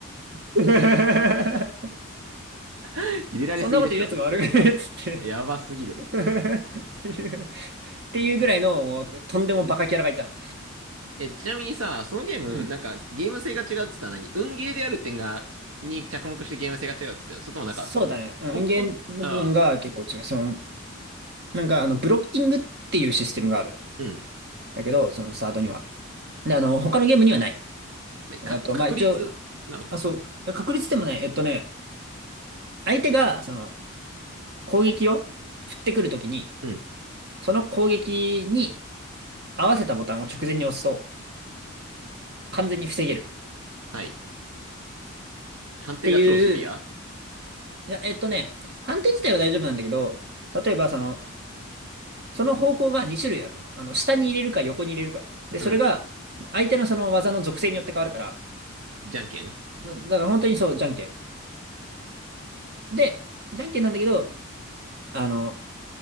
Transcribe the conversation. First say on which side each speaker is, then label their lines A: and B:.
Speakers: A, on the right; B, on the right.
A: <laughs>
B: <laughs> 切れられすぎでしょ。
A: そんなこと言うやつが悪いっつって
B: やばすぎる。
A: <laughs> っていう、っていうぐらいの、もう、とんでもバカキャラがいたの。
B: え、ちなみにさ、そのゲーム、
A: うん。
B: なんか、ゲーム性が違うっつったのは何運ゲーである点が、に着目してゲーム性が違うっつったのそれともなんか、
A: そうだね。うん音源の部分が結構違う。
B: 根本、ああ、
A: その、なんか、あの、ブロッキングっていうシステムがある。
B: うん。
A: だけど、そのサードには。で、あの、他のゲームにはない。
B: ねか、
A: あと、
B: 確率なの
A: まあ、一応、あ、そう、確率でもね、えっとね、相手が、その、攻撃を振ってくるときに、
B: うん。
A: その攻撃に合わせたボタンを直前に押すと完全に防げる
B: はい。判定が超シビア
A: っていう、いや、えっとね、判定自体は大丈夫なんだけど、例えばその、その方向が2種類あるの。あの、下に入れるか横に入れるか。で、
B: うん。
A: それが相手のその技の属性によって変わるから、
B: じゃんけん
A: だ、だから本当にそう、じゃんけん。で、じゃんけんなんだけど、あの、